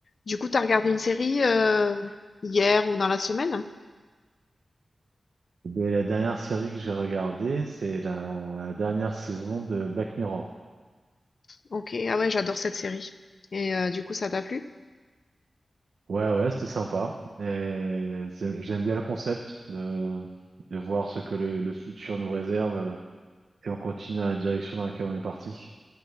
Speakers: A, on the left; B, on the right.
A: Du coup, t'as regardé une série euh, hier ou dans la semaine?
B: Eh bien, la dernière série que j'ai regardée, c'est la dernière saison de Black Mirror.
A: Ok, ah ouais, j'adore cette série. Et euh, du coup, ça t'a plu?
B: Ouais, ouais, c'était sympa. Et c'est- j'aime bien le concept de, de voir ce que le, le futur nous réserve euh, et on continue dans la direction dans laquelle on est parti.